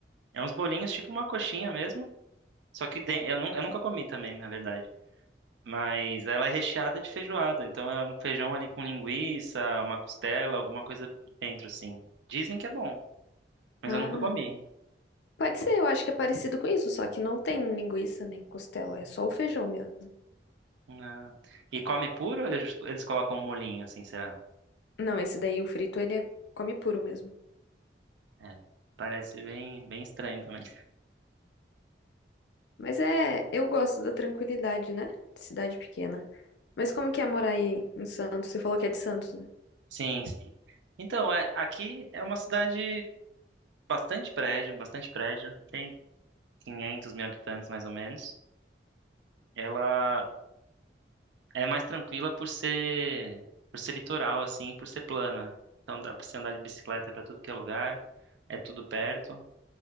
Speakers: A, on the right (about 80°); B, on the left (about 70°).
A: é uns bolinhos tipo uma coxinha mesmo, só que den- eu, nun- eu nunca comi também, na verdade. Mas ela é recheada de feijoada, então é um feijão ali com linguiça, uma costela, alguma coisa dentro assim. Dizem que é bom, mas
B: Ah,
A: eu nunca comi.
B: pode ser, eu acho que é parecido com isso, só que não tem linguiça nem costela, é só o feijão mesmo.
A: Ah, E come puro, ou eles eles colocam um molhinho assim, será?
B: Não, esse daí o frito ele é, come puro mesmo.
A: É, parece bem bem estranho também.
B: Mas é, eu gosto da tranquilidade, né? De cidade pequena. Mas como que é morar aí em Santos? Você falou que é de Santos, né?
A: Sim, sim. Então, é, aqui é uma cidade bastante prédio, bastante prédio. Tem 500 mil habitantes mais ou menos. Ela é mais tranquila por ser por ser litoral assim, por ser plana. Então dá pra você andar de bicicleta pra tudo que é lugar. É tudo perto,